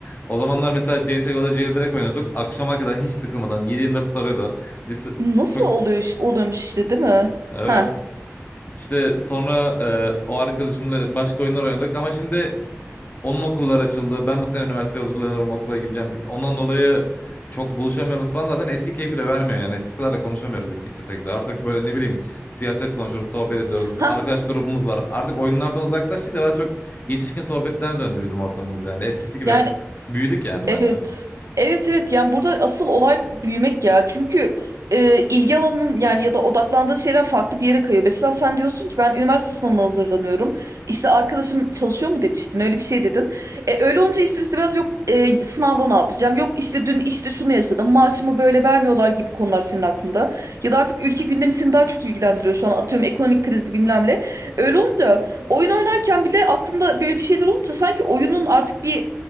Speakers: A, on the left; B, on the right.
A: O zamanlar mesela CS:GO'da jailbreak oynuyorduk. Akşama kadar hiç sıkılmadan 7/24 sarıyordu. Biz
B: nasıl
A: çok
B: oluyor iş- oluyormuş işte değil mi?
A: evet.
B: Ha
A: İşte sonra e, o arkadaşımla başka oyunlar oynadık ama şimdi onun okullar açıldı. Ben bu sene üniversiteye hazırlanıyorum, okula gideceğim. Ondan dolayı çok buluşamıyoruz falan. Zaten eski keyfi de vermiyor yani. Eskisi kadar da konuşamıyoruz is- istesek de. Artık böyle ne bileyim siyaset konuşuyoruz, sohbet ediyoruz.
B: ha
A: Arkadaş grubumuz var. Artık oyunlardan uzaklaştık da daha çok yetişkin sohbetlerine döndü bizim ortamımız yani. Eskisi gibi
B: yani
A: büyüdük yani
B: Evet.
A: bence.
B: Evet evet yani burada asıl olay büyümek ya. Çünkü e, ilgi alanının yani ya da odaklandığın şeyler farklı bir yere kayıyor. Mesela sen diyorsun ki ben üniversite sınavına hazırlanıyorum. İşte arkadaşım çalışıyor mu demiştin öyle bir şey dedin. E, öyle olunca ister istemez yok e, sınavda ne yapacağım? Yok işte dün işte şunu yaşadım maaşımı böyle vermiyorlar gibi konular senin aklında. Ya da artık ülke gündemi seni daha çok ilgilendiriyor şu an atıyorum ekonomik krizi bilmem ne. Öyle olunca oyun oynarken bile aklında böyle bir şeyler olunca sanki oyunun artık bir